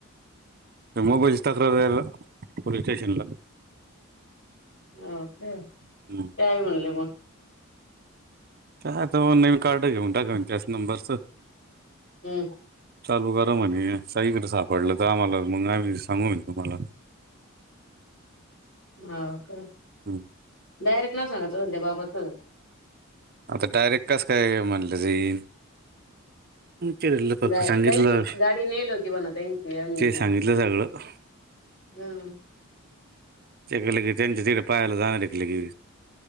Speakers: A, on the right; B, on the left.
A: मोबईलची तक्रार द्यायला पोलीस स्टेशनला.
B: हो काय.
A: हम्म
B: काय म्हणले मग?
A: <unintelligible> आता नवीन कार्ड घेऊन टाकान त्याच नंबरचं
B: हम्म
A: चालू करा म्हणे साईकडें सापडलं तर आम्हाला मग आम्ही सांगू मग तुम्हाला. <inaudible>
B: हो काय
A: हम्म.
B: डायरेक्ट नाव सांगायचं मग त्या बाबाच.
A: आता डायरेक्ट कस काय म्हणलं जाईन. केलं फक्त
B: ग
A: सांगितलं
B: त्यांची गाडी नेली होती म्हणा त्यांची आम्ही.
A: ते सांगितलं सगळं
B: हम्म
A: ते केलं की त्यांच्या तिकडे पाहायला जाणार की लगेच